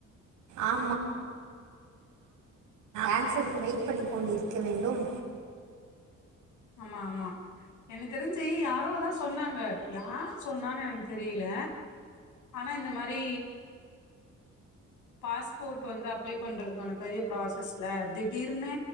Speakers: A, on the right; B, on the left.
A: ஆமா <inaudible> ஏன்சருக்கு வெயிட் பண்ணிக் கொண்டு இருக்க வேண்டும்
B: ஆமா ஆமா எனக்கு தெரிஞ்சு யாரோதா சொன்னாங்க யார் சொன்னானு எனக்கு தெரியில ஆனா இந்த மாரி பாஸ்போட் வந்து அப்ளை பண்றதுக்கான பெரிய ப்ராசஸ்ல திடீர்னு